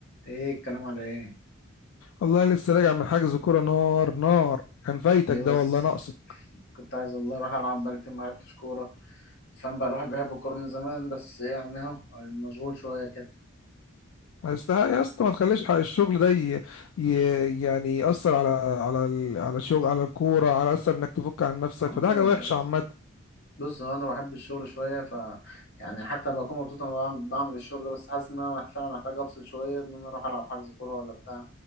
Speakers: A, on the left (about 55°); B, on the left (about 75°).
A: ايه الكلام على ايه
B: والله لسه راجع من حجز كوره نار نار كان فايتك
A: ليه بس
B: ده والله ناقصك
A: كنت عايز والله اروح العب بقالي كتير ما لعبتش كوره فاهم بقى الواحد بيحب الكوره من زمان بس يعني اهو مشغول شويه كده
B: ما يستحق يا اسطى ما تخليش حق الشغل ده ي... ي... يعني يأثر على على ال... على الشغل على الكوره على اثر انك تفك عن نفسك
A: والله
B: فده حاجه وحشه
A: بس
B: عامه
A: بص هو انا بحب الشغل شويه ف يعني حتى بكون مبسوط وانا بعم- بعمل الشغل ده بس حاسس ان انا مح- فعلا محتاج افصل شويه ان انا اروح العب حجز كوره ولا بتاع